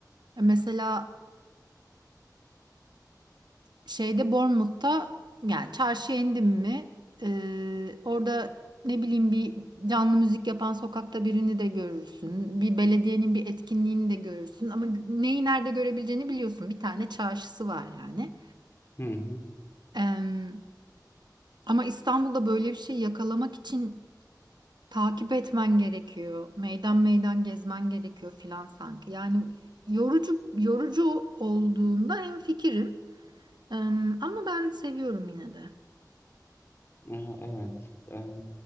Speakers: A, on the right (about 80°); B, on the left (about 35°).
A: mesela şeyde Bournemouth'ta yani çarşıya indim mi e, orada ne bileyim bir canlı müzik yapan sokakta birini de görürsün. Bir belediyenin bir etkinliğini de görürsün. Ama neyi nerede görebileceğini biliyorsun. Bir tane çarşısı var yani.
B: Hı hı.
A: Ee, ama İstanbul'da böyle bir şey yakalamak için takip etmen gerekiyor. Meydan meydan gezmen gerekiyor filan sanki. Yani yorucu yorucu olduğunda hemfikirim. Em, ama ben seviyorum yine de.
B: E, Evet. E,